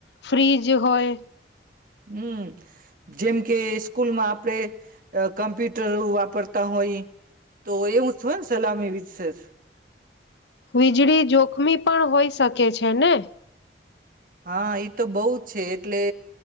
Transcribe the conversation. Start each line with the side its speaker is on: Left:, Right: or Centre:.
Left: ફ્રીજ હોય.
Right: હમ્મ, જેમ કે સ્કૂલમાં આપણે અ કમ્પ્યુટર વાપરતા હોય. તો એવું જ હોય ન્ સલા એવી જ છે જ.
Left: વીજળી જોખમી પણ હોઈ શકે છે ને?
Right: હા, ઈ તો બોવ છે. એટલે